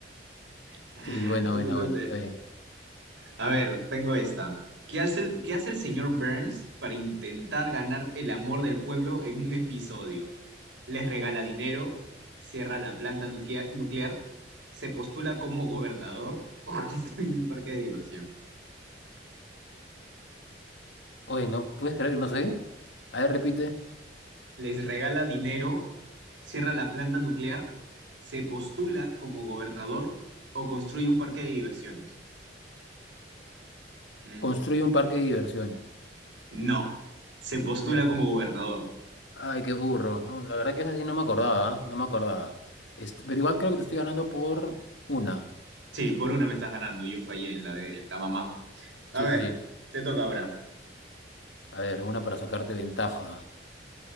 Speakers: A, on the right; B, on the left.
A: <laughs>
B: Sí, bueno, bueno, bueno, está bien.
A: A ver, tengo esta. ¿Qué hace el, qué hace el señor Burns para intentar ganar el amor del pueblo en un episodio? ¿Les regala dinero? ¿Cierra la planta nuquea- nuclear? ¿Se postula como gobernador <laughs> o construye un parque de diversión?
B: Oye, ¿no puedes creer que no sé? A ver, repite.
A: ¿Les regala dinero? ¿Cierra la planta nuclear? ¿Se postula como gobernador o construye un parque de diversiones? Mm,
B: Construye un parque de diversiones.
A: no, se postula
B: Ya.
A: como gobernador.
B: Ay, qué burro. No, la verdad que esa sí no me acordaba, ¿ah? No me acordaba. Este, pero igual creo que te estoy ganando por una.
A: Sí, por una me estás ganando. Yo fallé en la de la mamá. A
B: Sí,
A: ver,
B: sí, sí.
A: te toca ahora.
B: A ver, una para sacarte ventaja.